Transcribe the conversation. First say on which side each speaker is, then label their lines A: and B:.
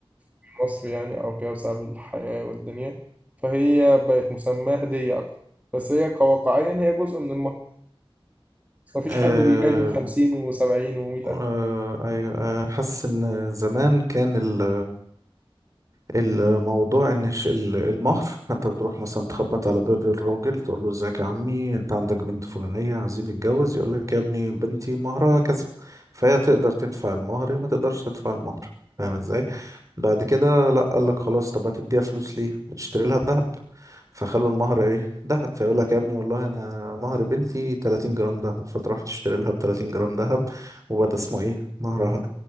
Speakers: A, on the right; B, on the right.
A: في مصر يعني أو كده بسبب الحياة والدنيا فهي بقت مسماة هدية أكتر بس هي كواقعيا هي جزء من المهر بس مفيش
B: امم
A: حد بيهادي بخمسين وسبعين ومية
B: آه،
A: ألف
B: أيوة آه، حاسس إن زمان كان ال- الموضوع إن الش- ال- المهر أنت بتروح مثلا تخبط على باب الراجل تقول له إزيك يا عمي أنت عندك بنت فلانية عايزين نتجوز يقول لك يا ابني بنتي مهرها كذا فهي تقدر تدفع المهر ما تقدرش تدفع المهر فاهم
A: آه.
B: إزاي؟ بعد كده لا قال لك خلاص طب هتديها فلوس ليه اشتري لها ذهب فخلوا المهر ايه ذهب فيقول لك يا ابني والله انا مهر بنتي 30 جرام ذهب فتروح تشتري لها ب 30 جرام ذهب وبدا اسمه ايه مهرها